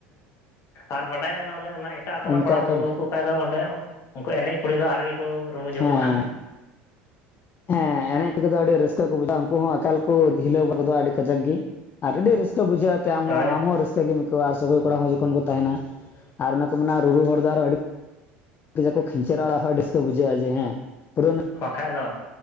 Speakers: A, on the left; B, on the left.
A: ᱟᱨ ᱵᱟᱰᱟᱭ ᱠᱟᱱᱟ ᱵᱚᱞᱮ ᱚᱱᱟ ᱮᱴᱟᱜ ᱟᱛᱳ ᱨᱮᱱ
B: ᱚᱱᱠᱟ
A: ᱠᱚᱲᱟᱢ
B: ᱠᱟᱱ
A: ᱨᱩᱣᱟᱹ
B: ᱜᱮᱭᱟ
A: ᱠᱚ ᱵᱟᱠᱟᱱ ᱫᱚ ᱚᱸᱰᱮ ᱩᱱᱠᱩ ᱮᱱᱮᱡ ᱠᱩᱲᱤ ᱫᱚ ᱟᱨ ᱜᱮᱠᱚ ᱨᱩᱢᱩ ᱡᱩᱢᱩᱜ-ᱟ᱾
B: ᱦᱮᱸ ᱦᱮᱸ ᱮᱱᱮᱡ ᱠᱚᱜ ᱫᱚ ᱟᱹᱰᱤ ᱨᱟᱹᱥᱠᱟᱹ ᱠᱚ ᱵᱩᱡᱟ ᱩᱱᱠᱩ ᱦᱚᱸ ᱟᱠᱟᱞ ᱠᱚ ᱰᱷᱤᱞᱟᱹᱣ ᱵᱟ ᱠᱚᱫᱚ ᱟᱹᱰᱤ ᱠᱟᱡᱟᱠ ᱜᱮ᱾ ᱟᱨ ᱟᱹᱰᱤ ᱨᱟᱹᱥᱠᱟᱹ ᱵᱩᱡᱷᱟᱹᱣᱟ ᱟᱛᱮ ᱟᱢᱦᱚᱸ
A: ᱦᱳᱭ
B: ᱟᱢᱦᱚᱚᱸ ᱨᱟᱹᱥᱠᱟᱹ ᱜᱮᱢ ᱟᱹᱭᱠᱟᱹᱣᱟ ᱟᱨ ᱥᱚᱜᱚᱭ ᱠᱚᱲᱟ ᱦᱚᱸ ᱡᱚᱠᱷᱚᱱ ᱠᱚ ᱛᱟᱦᱮᱱᱟ᱾ ᱟᱨ ᱚᱱᱮ ᱠᱚ ᱢᱮᱱᱟ ᱨᱩᱨᱩ ᱦᱚᱲ ᱫᱚ ᱟᱨᱚ ᱟᱹᱰᱤ ᱟᱠᱚ ᱠᱷᱤᱱᱧᱪᱮᱨᱟ ᱰᱤᱥᱠᱚ ᱵᱩᱡᱷᱟᱹᱜ-ᱟ ᱡᱮ ᱦᱮ ᱯᱩᱨᱟᱹ ᱚᱱᱟ,
A: ᱵᱟᱠᱷᱟᱡ ᱫᱚ᱾